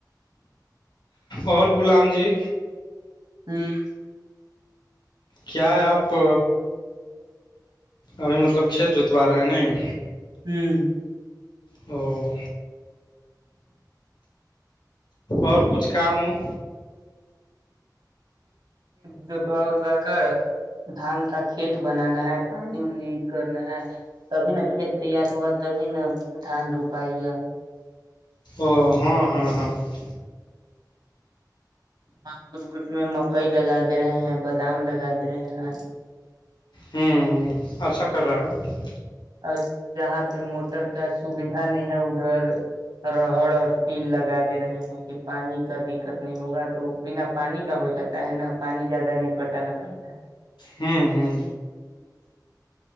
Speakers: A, on the left; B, on the right.
A: اور غلام جی
B: ہاں
A: کیا ہے آپ ابھی مطلب کھیت جوتوا رہے ہے نہیں
B: ہوں
A: او اور کچھ کام اوم
B: جوتوا توا کر دھان کا کھیت بنانا ہے پانی وانی کرنا ہے تبھی نا کھیت تیار ہوگا تبھی نا دھان روپائی گا
A: ا ہاں ہاں ہاں ہاں
B: اور کچھ کچھ میں مکئی لگا دے رہے ہیں بادام لگا دے رہے ہیں
A: ہوں اچھا کر رہے ہیں
B: اور جہاں پہ موٹر کا سوبیدھا نہیں ہے ادھر راہر اور تل لگا دے رہے ہیں کہ پانی کا دق کت نہیں ہوگا تو بنا پانی کا ہو جاتا ہے نا پانی زیادہ نہیں پٹانا پڑتا ہے
A: ہوں ہوں